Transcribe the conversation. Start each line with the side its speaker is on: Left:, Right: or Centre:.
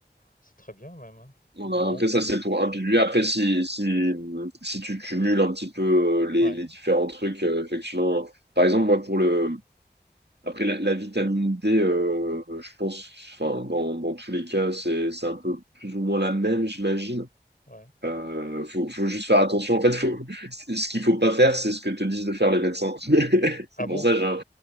Left: c'est très bien même. hein.
Right: Voilà,
Left: Bon,
Right: Après, ça, c'est pour un pilier. Après, si, si, si tu cumules un petit peu euh, les,
Left: ouais,
Right: les différents trucs, euh, effectivement, par exemple, moi, pour le, après, la, la vitamine D, euh, je pense, enfin, dans, dans tous les cas, c'est, c'est un peu plus ou moins la même, j'imagine.
Left: ouais.
Right: Euh, faut, faut juste faire attention. En fait, faut, <laughs> ce qu'il faut pas faire, c'est ce que te disent de faire les médecins. <laughs> C'est
Left: Ah bon,
Right: pour ça, j'ai un,